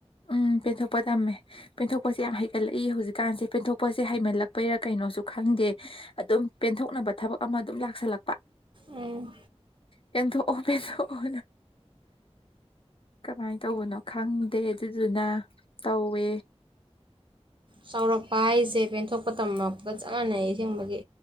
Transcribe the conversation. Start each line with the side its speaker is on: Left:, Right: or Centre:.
Left: ꯎꯝ ꯄꯦꯟꯊꯣꯛꯄ ꯇꯝꯃꯦ ꯄꯦꯟꯊꯣꯛꯄꯁꯦ ꯌꯥꯝ ꯍꯩꯒꯠꯂꯛꯏ ꯍꯧꯖꯤꯛꯀꯥꯟꯁꯦ ꯄꯦꯟꯊꯣꯛꯄꯁꯦ ꯍꯩꯃꯜꯂꯛꯄꯩꯔꯥ ꯀꯩꯅꯣꯁꯨ ꯈꯪꯗꯦ ꯑꯗꯨꯝ ꯄꯦꯟꯊꯣꯛꯅꯕ ꯊꯕꯛ ꯑꯃ ꯑꯗꯨꯝ ꯂꯥꯛꯁꯜꯂꯛꯄ
Right: ꯎꯝ
Left: ꯄꯦꯟꯊꯣꯛꯑꯣ ꯄꯦꯟꯊꯣꯛꯑꯣ ꯀꯃꯥꯏꯅ ꯇꯧꯕꯅꯣ ꯈꯪꯗꯦ ꯑꯗꯨꯗꯨꯅ ꯇꯧꯋꯦ
Right: ꯆꯥꯎꯔꯛꯄ ꯍꯥꯏꯁꯦ ꯄꯦꯟꯊꯣꯛꯄ ꯇꯝꯕꯒ ꯆꯞ ꯃꯥꯟꯅꯩ ꯑꯁꯦꯡꯕꯒꯤ